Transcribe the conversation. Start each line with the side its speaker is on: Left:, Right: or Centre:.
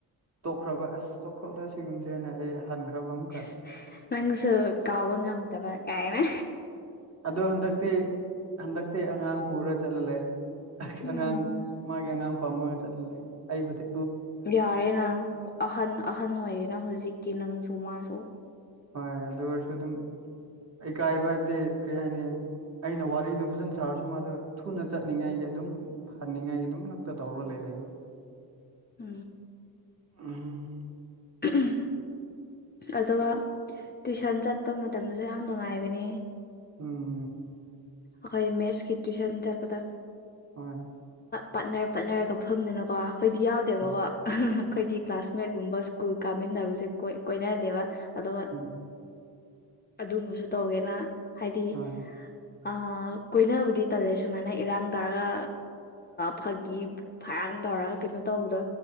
Right: ꯇꯣꯛꯈ꯭ꯔꯕ ꯑꯁ ꯇꯣꯛꯈ꯭ꯔꯣꯗ ꯁꯤꯒꯨꯝꯁꯦꯅꯦ ꯑꯩ ꯊꯥꯟꯈ꯭ꯔꯕ ꯑꯃꯨꯛꯀ
Left: ꯏꯁ ꯅꯪꯁꯨ ꯀꯋꯥ ꯉꯝꯗꯕ ꯀꯥꯏꯅꯦ
Right: ꯑꯗꯨ ꯍꯟꯗꯛꯇꯤ ꯍꯟꯗꯛꯇꯤ ꯑꯉꯥꯡ ꯄꯨꯔ ꯆꯠꯂ ꯂꯩ
Left: ꯎꯝ
Right: ꯑꯉꯥꯡ ꯃꯥꯒꯤ ꯑꯉꯥꯡ ꯄꯥꯝꯃꯒ ꯆꯠꯂ ꯂꯩ ꯑꯩꯕꯨꯗꯤ
Left: ꯌꯥꯔꯦꯅ ꯑꯍꯟ ꯑꯍꯟ ꯑꯣꯏꯔꯦꯅ ꯍꯧꯖꯤꯛꯇꯤ ꯅꯪꯁꯨ ꯃꯥꯁꯨ
Right: ꯍꯣꯏ ꯑꯗꯨ ꯑꯣꯏꯔꯁꯨ ꯑꯗꯨꯝ ꯏꯀꯥꯏꯕ ꯍꯥꯏꯕꯗꯤ ꯀꯔꯤ ꯍꯥꯏꯅꯤ ꯑꯩꯅ ꯋꯥꯔꯤꯗꯨ ꯐꯖꯅ ꯁꯥꯔꯁꯨ ꯃꯥꯗꯣ ꯊꯨꯅ ꯆꯠꯅꯤꯡꯉꯥꯏꯒꯤ ꯑꯗꯨꯝ ꯍꯅꯤꯡꯉꯥꯏ ꯑꯗꯨꯝ ꯉꯛꯇ ꯇꯧꯔꯒ ꯂꯩꯔꯛꯏꯕ
Left: ꯑ
Right: ꯎꯝ
Left: ꯎꯝ ꯑꯗꯨꯒ ꯇꯨꯏꯁꯟ ꯆꯠꯄ ꯃꯇꯝꯗꯁꯨ ꯌꯥꯝ ꯅꯨꯡꯉꯥꯏꯕꯅꯤ
Right: ꯎꯝ
Left: ꯑꯩꯈꯣꯏ ꯃꯦꯠꯁꯀꯤ ꯇ꯭ꯋꯁꯟ ꯆꯠꯄꯗ
Right: ꯍꯣꯏ
Left: ꯄꯥꯠꯅꯔ ꯄꯠꯅꯔꯒ ꯐꯝꯗꯅꯀꯣ ꯑꯩꯈꯣꯏꯗꯤ ꯌꯥꯎꯗꯦꯕꯀꯣ
Right: ꯍꯣꯏ
Left: ꯑꯩꯈꯣꯏꯗꯤ ꯀ꯭ꯂꯥꯁꯃꯦꯠꯀꯨꯝꯕ ꯀꯨꯜ ꯀꯥꯃꯤꯟꯅꯕꯁꯦ ꯀꯣꯏ ꯀꯣꯏꯅꯗꯦꯕ ꯑꯗꯨꯒ
Right: ꯎꯝ
Left: ꯑꯗꯨꯝꯕꯁꯨ ꯇꯧꯒꯦꯅ ꯍꯥꯏꯗꯤ
Right: ꯍꯣꯏ
Left: ꯑ ꯀꯣꯏꯕꯨꯗꯤ ꯇꯜꯂꯦ ꯁꯨꯃꯥꯏꯅ ꯏꯔꯥꯡ ꯇꯥꯔꯒ ꯐꯥꯒꯤ ꯐꯔꯥꯡ ꯇꯧꯔꯒ ꯀꯩꯅꯣ ꯇꯧꯕꯗꯣ